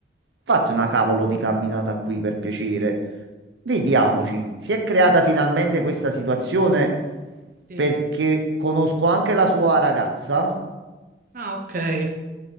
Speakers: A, on the right; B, on the right.
A: fatti una cavolo di camminata qui per piacere. Vediamoci, si è creata finalmente questa situazione
B: Sì.
A: perché conosco anche la sua ragazza,
B: Ah, ok. E